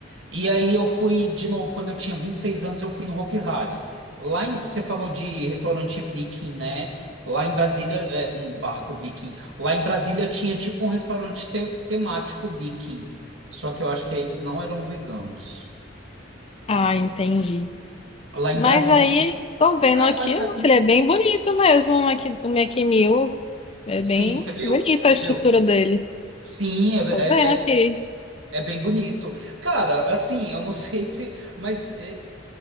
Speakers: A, on the right; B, on the left.
A: E aí eu fui de novo, quando eu tinha 26 anos, eu fui no Hopi Hari. Lá em- você falou de restaurante viking, né? Lá em Brasília, é, um barco viking. Lá em Brasília tinha tipo um restaurante te- temático viking. Só que eu acho que eles não eram veganos.
B: Ah, entendi.
A: Lá em
B: Mas
A: Brasília.
B: aí, tô vendo
A: Cara,
B: aqui,
A: lá em
B: nossa,
A: tudo.
B: ele é bem bonito mesmo, o Mac, o Mac Mill. É bem
A: Sim, você viu?
B: bonita
A: Você
B: a estrutura
A: viu?
B: dele.
A: Sim, é,
B: Tô vendo aqui.
A: é, é é bem bonito. Cara, assim, eu não <laughs> sei se. Mas é,